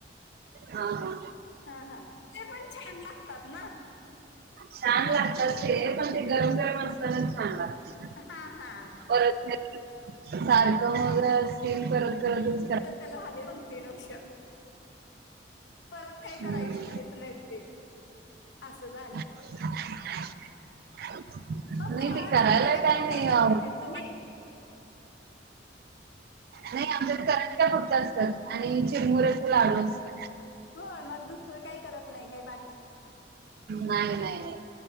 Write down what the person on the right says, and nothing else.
हा हा!
छान लागतात ते पण ते गरम गरम असताना छान लाग
परत सारखं वगैरे असतील करत करतच
हम्म
<unintelligible> <inaudible>
ते करायला
काय
नाही
नाही
नाही आमच्यात करंजा फक्त असतात आणि चिरमुऱ्याचा लाडू असतो.
नाय नाय.